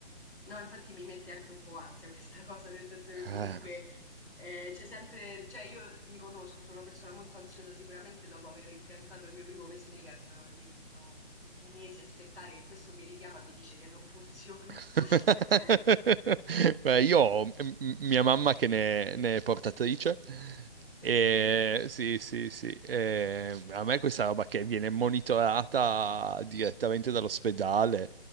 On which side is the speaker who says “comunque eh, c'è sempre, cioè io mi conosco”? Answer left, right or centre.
Left